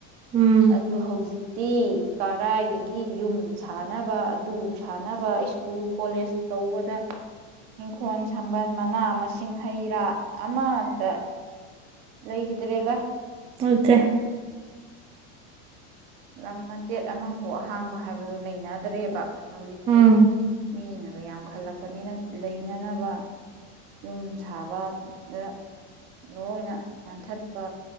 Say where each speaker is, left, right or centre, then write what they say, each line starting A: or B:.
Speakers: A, on the right; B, on the right.
A: ꯎꯝ
B: ꯑꯗꯨ ꯍꯧꯖꯤꯛ ꯇꯤ ꯀꯔꯥꯏꯗꯒꯤ ꯌꯨꯝ ꯁꯥꯟꯅꯕ ꯑꯗꯨ ꯁꯥꯟꯅꯕ ꯁ꯭ꯀꯨꯜ ꯀꯣꯂꯦꯖ ꯇꯧꯕꯗ ꯏꯪꯈꯣꯜ ꯁꯥꯝꯕꯟ ꯃꯅꯥ ꯃꯁꯤꯡ ꯍꯩ ꯔꯥ ꯑꯃꯇ ꯂꯩꯈꯤꯗ꯭ꯔꯦꯗ
A: ꯍꯗꯦ
B: ꯂꯝ ꯃꯆꯦꯠ ꯑꯃꯐꯥꯎ ꯑꯍꯥꯡꯕ ꯍꯥꯏꯕꯗꯨ ꯂꯩꯅꯗ꯭ꯔꯦꯕ ꯍꯧꯖꯤꯛꯁꯤ
A: ꯎꯝ
B: ꯃꯤꯅ ꯑꯣ ꯌꯥꯝꯈꯜꯂꯛꯄꯅꯤꯅ ꯂꯩꯅꯅꯕ ꯌꯨꯝ ꯁꯥꯕꯗ ꯂꯣꯏꯅ ꯌꯥꯟꯊꯠꯄ